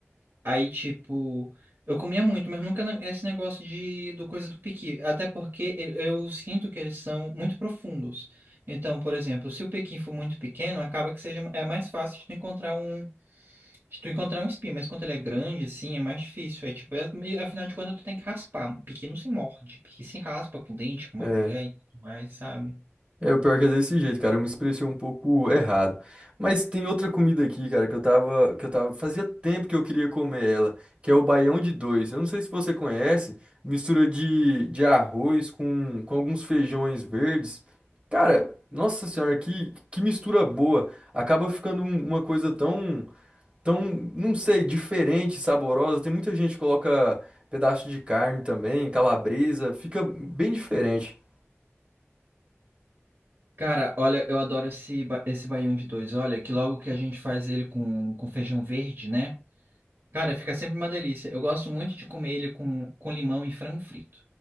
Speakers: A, on the right (about 55°); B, on the right (about 30°).
A: Aí, tipo, eu comia muito, mas nunca na- esse negócio de do coisa do piqui. Até porque eu, eu sinto que eles são muito profundos. Então, por exemplo, se o piqui for muito pequeno, acaba que seja é mais fácil de tu encontrar um se tu encontrar um espinho, mas quando ele é grande, assim, é mais difícil. É tipo, é- e, afinal de contas, tu tem que raspar. Um Piqui não se morde, piqui se raspa com dente, com uma
B: É.
A: colher e tudo mais, sabe?
B: É, o pior que é desse jeito, cara. Eu me expressei um pouco errado. Mas tem outra comida aqui, cara, que eu tava, que eu tava, fazia tempo que eu queria comer ela, que é o baião de dois. Eu não sei se você conhece, mistura de, de arroz com, com alguns feijões verdes. Cara, nossa senhora, que, que mistura boa. Acaba ficando um- uma coisa tão, tão, não sei, diferente, saborosa. Tem muita gente que coloca pedaço de carne também, calabresa, fica bem diferente.
A: Cara, olha, eu adoro esse, ba- esse baião de dois. Olha, que logo que a gente faz ele com, com feijão verde, né? Cara, fica sempre uma delícia. Eu gosto muito de comer ele com, com limão e frango frito.